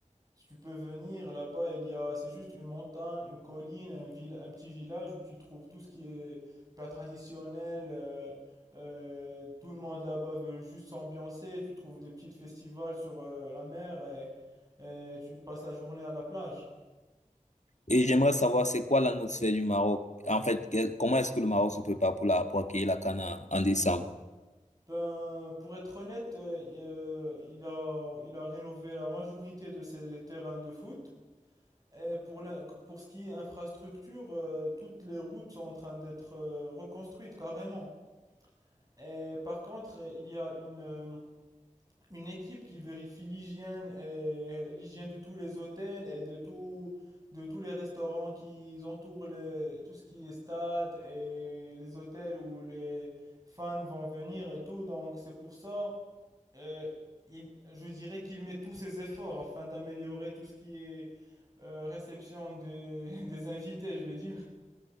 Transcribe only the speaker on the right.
Si tu peux venir là-bas, il y a, c'est juste une montagne, une colline, un, vil- un petit village où tu trouves tout ce qui est plat traditionnel. euh, euh, tout le monde là-bas veut juste s'ambiancer. Tu trouves des petits festivals sur euh, la mer et, et tu passes la journée à la plage.
Ben, pour être honnête, euh, euh, il a, il a rénové la majorité de ses terrains de foot. Et pour, la- pour ce qui est infrastructure, euh, toutes les routes sont en train d'être euh, reconstruites carrément. Et par contre, euh, il y a une, euh, une équipe qui vérifie l'hygiène et l'hygiène de tous les hôtels et de tout, de tous les restaurants qui entourent les, tout ce qui est stade et les hôtels où les fans vont venir et tout. Donc, c'est pour ça, euh, il, je dirais qu'il met tous ses efforts afin d'améliorer tout ce qui est euh, réception des, <laughs> des invités, je vais dire.